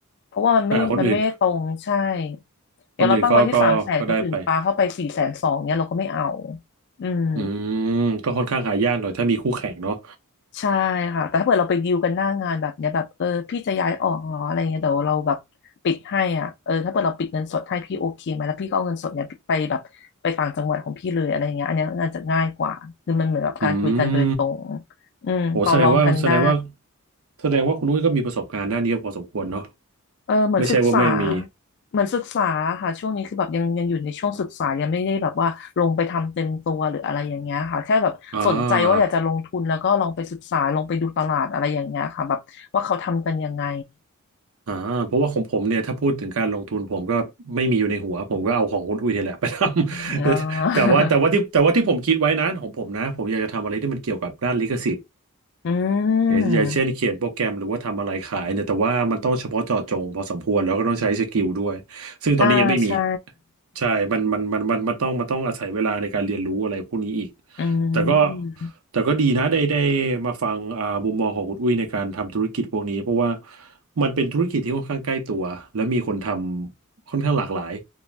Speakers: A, on the left (about 50°); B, on the right (about 70°).
A: เพราะว่ามันไม่มันไม่ตรงใช่
B: อ่าคนอื่น
A: อย่างเราตั้งไว้ที่สามแสนคนอื่นปาเข้าไปสี่แสนสองเนี่ยเราก็ไม่เอา
B: คนอื่นก็ก็ก็ได้ไป
A: อืม
B: อืมก็ค่อนข้างหายากหน่อยถ้ามีคู่แข่งเนาะ
A: ใช่ค่ะ แต่ถ้าเกิดเราไปดีลกันหน้างานแบบเนี้ยแบบเออพี่จะย้ายออกเหรออะไรเงี้ยเดี๋ยวเราแบบปิดให้อ่ะเออถ้าเกิดเราปิดเงินสดให้พี่โอเคไหมแล้วพี่ก็เอาเงินสดเนี่ยไปแบบไปต่างจังหวัดของพี่เลยอะไรเงี้ยอันเนี้ยน่านจะง่ายกว่าคือมันเหมือนกับการคุยกันโดยตรง
B: อืม
A: อืมต่อรองกันได้
B: โหแสดงว่าแสดงว่าแสดงว่าคุณนุ้ยก็มีประสบการณ์ด้านนี้พอสมควรเนาะ
A: เออเหมือนศึกษา
B: ไม่ใช่ว่าไม่มี
A: เหมือนศึกษาค่ะช่วงนี้คือแบบยังยังอยู่ในช่วงศึกษายังไม่ได้แบบว่าลงไปทำเต็มตัวหรืออะไรอย่างเงี้ยค่ะแค่แบบสนใจว่าอยากจะลงทุนแล้วก็ลองไปศึกษาลองไปดูตลาดอะไรอย่างเงี้ยค่ะแบบว่าเขาทำกันยังไง
B: อ่าอ่าเพราะว่าของผมเนี่ยถ้าพูดถึงการลงทุนผมก็ไม่มีอยู่ในหัวผมก็เอาของคุณอุ้ยนี่แหละไปทำ
A: อ่า
B: <laughs> แต่แต่ว่าแต่ว่าที่แต่ว่าที่ผมคิดไว้นะของผมนะผมอยากจะทำอะไรที่มันเกี่ยวกับด้านลิขสิทธิ์
A: <laughs> อื
B: อย่างอย่างเช่นเขียนโปรแกรมหรือว่าทำอะไรขายเนี่ยแต่ว่ามันต้องเฉพาะเจาะจงพอสมควรแล้วก็ต้องใช้สกิลด้วย
A: ม
B: ซึ่งตอนนี้ยังไม่มี
A: อ่าใช่
B: ใช่มันมันมันมันมันต้องมันต้องอาศัยเวลาในการเรียนรู้อะไรพวกนี้อีก
A: อื
B: แต่ก็
A: ม
B: แต่ก็ดีนะได้ได้มาฟังอ่ามุมมองของคุณอุ้ยในการทำธุรกิจพวกนี้เพราะว่ามันเป็นธุรกิจที่ค่อนข้างใกล้ตัวและมีคนทำค่อนข้างหลากหลาย